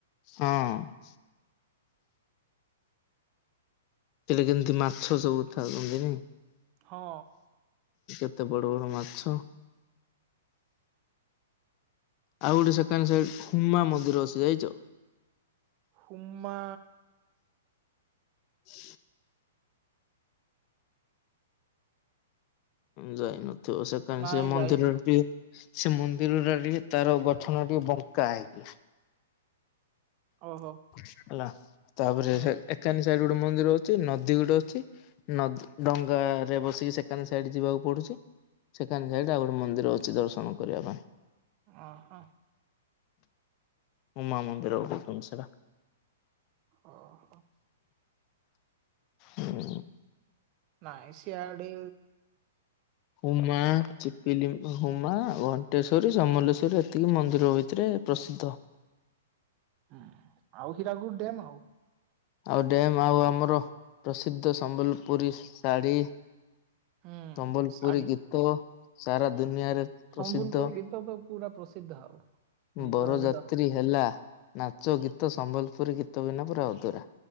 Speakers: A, on the left (about 40°); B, on the right (about 40°).
A: ହଁ। <unintelligible> ମାଛ ସବୁ ଥାଉଚନ୍ତିନି
B: ହଁ
A: ଏତେ ବଡ ବଡ ମାଛ। ଆଉ ଗୋଟେ ସେକେଣ୍ଡ ସାଇଡ୍ ହୁମା ମନ୍ଦିର ଅସି ଯାଇଚ।
B: ହମା।
A: ହ ଯାଇନଥିବ ସେ କ
B: ନାଇଁ
A: ସେ ମନ୍ଦିର
B: ଯାଇନି
A: ଟି ସେ ମନ୍ଦିର ଟା ଟିକେ ତାର ଗଠନ ଟିକେ ବଙ୍କା ହେଇକି।
B: ଓହୋ
A: ହେଲା, ତାପରେ
B: ହୁଁ
A: ସେକାନେ ସାଇଡ ଗୋଟେ ମନ୍ଦିର ଅଛି, ନଦୀ ଗୋଟେ ଅଛି, ଡଙ୍ଗାରେ ବସିକି ସେ ସେକାନ ସାଇଡ ଯିବାକୁ ପଡୁଛି, ସେକାନ ସାଇଡ ଆଉ ଗୋଟେ ମନ୍ଦିର ଅଛି ଦର୍ଶନ କରିବା ପାଇଁ।
B: ଅ ହ।
A: ଉମା ମନ୍ଦିର କହୁଛନ୍ତିମ ସେଟା।
B: ଅ ହ।
A: ହୁଁ।
B: ନାଇ ସିଆଡି
A: ହୁମା, ଚିପିଲି, ହୁମା, ଘଣ୍ଟେଶ୍ଵରୀ, ସମଲେଶ୍ଵରୀ ଏତିକି ମନ୍ଦିର ଭିତରେ ପ୍ରସିଦ୍ଧ।
B: ହୁଁ ଆଉ ହୀରାକୁୁଡ ଡ୍ୟମ୍ ଆଉ
A: ଆଉ ଡ୍ୟମ୍ ଆଉ ଆମର ପ୍ରସିଦ୍ଧ ସମ୍ବଲପୁରୀ ଶାଢ଼ୀ।
B: ହୁଁ
A: ସମ୍ବଲପୁରୀ
B: ଶାଢୀ
A: ଗୀତ ସାରା ଦୁନିଆରେ ପ୍ରସିଦ୍ଧ।
B: ସମ୍ବଲପୁରୀ ଗୀତ ତ ପୁରା ପ୍ରସିଦ୍ଧ ଆଉ ଗୀତ
A: ବରଯାତ୍ରୀ
B: ଏବେ ତ
A: ହେଲା, ନାଚ ଗୀତ ସମ୍ବଲପୁରୀ ଗୀତ ବିନା ପୁରା ଅଧୁରା।